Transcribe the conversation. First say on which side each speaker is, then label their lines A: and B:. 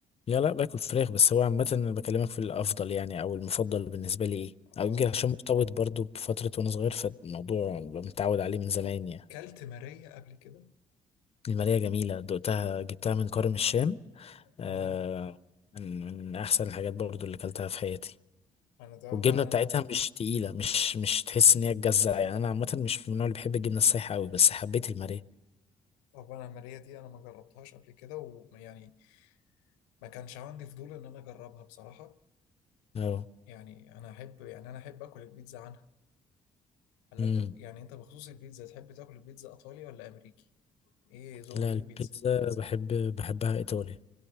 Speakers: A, on the left (about 35°); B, on the left (about 80°).
A: لا لا باكل فراخ بس هو عامة أنا بكلمك في الأفضل يعني أو المفضل بالنسبة لي إيه
B: اه
A: أو يمكن عشان مرتبط برضو بفترة وأنا صغير فالموضوع متعود عليه من زمان
B: طب
A: يعني
B: كلت ماريه قبل كده
A: المالية جميلة دقتها جبتها من كرم الشام آه
B: اه
A: من من أحسن الحاجات برضو اللي أكلتها في حياتي
B: انا طبعا
A: والجبنة بتاعتها
B: انا
A: مش تقيلة مش مش تحس إن هي تجزع يعني أنا عامة مش من النوع اللي بحب الجبنة السايحة أوي بس حبيت المالية
B: طبعا الماريه دي انا ما جربتهاش قبل كده ويعني ما كانش عندي فضول ان انا اجربها بصراحه
A: أه
B: يعني انا احب يعني انا احب اكل البيتزا عنها هل
A: أمم
B: انت يعني انت بخصوص البيتزا تحب تاكل البيتزا ايطالي ولا امريكي ايه ذوقك
A: لا مم.
B: في البيتزا
A: البيتزا بحب بحبها إيطالي